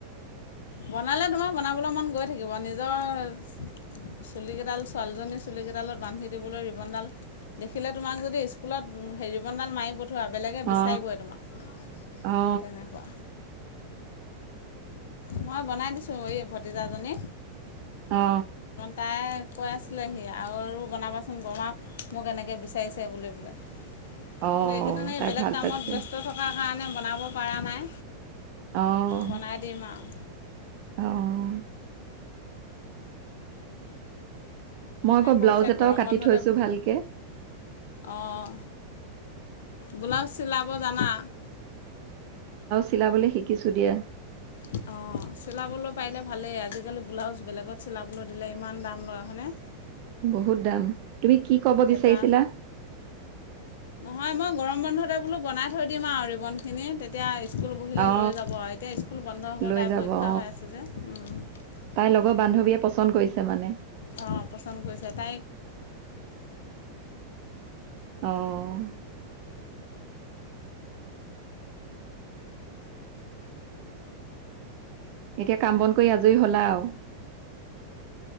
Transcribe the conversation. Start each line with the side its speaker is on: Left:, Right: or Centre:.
Left: বনালে তোমাৰ বনাবলৈ মন গৈ থাকিব। নিজৰ চুলি কেইডাল, ছোৱালীজনীৰ চুলি কেইডালত বান্ধি দিবলৈ ৰিবনডাল দেখিলে তোমাক যদি, স্কুলত হেৰি ৰিবন ডাল মাৰিব চোৱা বেলেগে বিচাৰিবই
Right: অ
Left: তোমাক।
Right: অ
Left: মই বনাই দিছোঁ, এই ভতিজাজনী।
Right: অ
Left: তাই কৈ আছিলেহি আৰু বনাবাচোন বৰমা! মোক এনেকৈ বিচাৰিছে বুলি বোলে।
Right: অ
Left: কিন্তু, এইকেইদিন
Right: তাই
Left: বেলেগ
Right: ভাল
Left: কামত
Right: পাইছে
Left: ব্যস্ত থকাৰ কাৰণে বনাব পৰা নাই।
Right: অ'!
Left: বনাই দিম আৰু
Right: অ'! মই
Left: তাই
Right: আকৌ
Left: কৈছে
Right: ব্লাউজ এটাও
Left: গৰম
Right: কাটি
Left: বন্ধতে
Right: থৈছোঁ ভালকে।
Left: অঁ ব্লাউজ চিলাব জানা?
Right: চিলাবলে শিকিছোঁ দিয়া।
Left: অ'! চিলাবলৈ পাৰিলে ভালেই, আজিকালি ব্লাউজ বেলেগত চিলাবলৈ দিলে ইমান দাম লয় হয়নে?
Right: বহুত দাম। তুমি কি কব বিচাৰিছিলা?
Left: এটা নহয় মই গৰম বন্ধতে বোলো বনাই থৈ দিম আৰু ৰিবন খিনি। তেতিয়া স্কুল বহিলে
Right: অ
Left: লৈ যাব আৰু এতিয়া স্কুল বন্ধ হ'ব
Right: লৈ
Left: তাই
Right: যাব
Left: পৰীক্ষা
Right: অ
Left: হৈ আছে যে।
Right: তাইৰ লগৰ বান্ধৱীয়ে পচন্দ কৰিছে মানে।
Left: অঁ পচন্দ কৰিছে তাইক
Right: অ'! এতিয়া কাম বন কৰি আজৰি হ'লা আও?